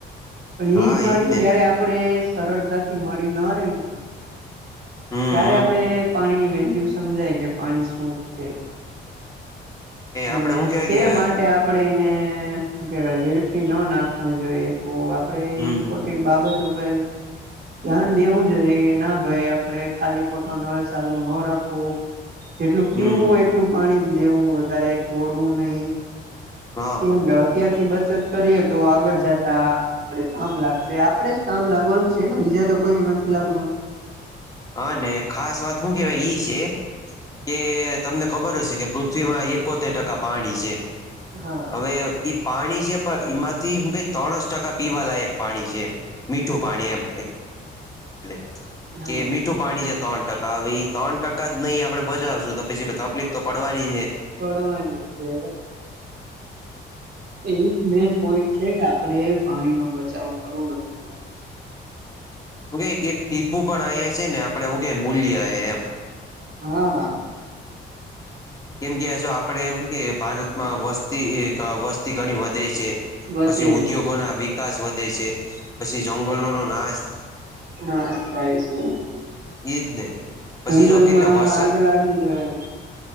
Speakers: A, on the right; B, on the left.
A: પણ
B: હા
A: એઈજ પાણી
B: એજ ને
A: જયારે આપણેે સરળતાથી મળી ના રહીને.
B: હમ હમ
A: ત્યારે આપણે પાણીની વેલ્યુ સમજાય કે પાણી શું છે ને
B: આપડે શું કેવાય
A: સે
B: કે
A: માટે આપ પડે એને શુ કેવાય વેડફી ન નાખવું જોઈએ. તો આપણે એવી
B: હમ
A: ખોટી બાબત પર ધ્યાન દેવું જોઈએ કે ના ભાઈ આપણે ખાલી ખોટો નળ ચાલુ ના રાખવું. જેટલું પીવું
B: હમ
A: હોય, એટલું પાણી જ લેવું. વધારે ઢોળવું નહીં.
B: હા
A: કેમ કે અત્યારથી બચત કરીએ, તો આગળ જતા કામ લાગશે. આપણે જ કામ લાગવાનું છે ને, બીજા તો કોઈ નથી લાગવાનું.
B: હ, અને ખાસ વાત શું કેવાય ઈ છે. કે તમને ખબર હશે કે પૃથ્વીમાં એકોતેર ટકા પાણી છે.
A: હા
B: હવે એ પાણી છે, પણ એમાંથી શું કે ત્રણસ ટકા પીવા લાયક પાણી છે. મીઠું પાણી એમ <unintelligible>
A: <unintelligible>
B: કે મીઠું પાણી છે, ત્રણ ટકા. હવે, ત્રણ ટકા જ નહીં આપણે બજાવશું, તો પછી તકલીફ તો પડવાની છે.
A: પડવાની છે. ઈ જ મેંન પોઈન્ટ છે કે આપણે પાણીનો બચાવ કરવો જોઈએ
B: હું કે એક ટીપુ પણ અહીંયા છે ને, આપણે હું કે મૂલ્ય એ એમ.
A: હા હા.
B: કેમ કે જો આપણે એમ કે ભારતમાં વસ્તી, વસ્તી ઘણી વધે છે.
A: વધે
B: પછી ઉદ્યોગોના વિકાસ વધે. પછી ના
A: નાશ થાય છે.
B: એ જ ને.
A: જંગલમાં
B: પછી જો કેટલા વરસાદ
A: આગ લાગી જાય.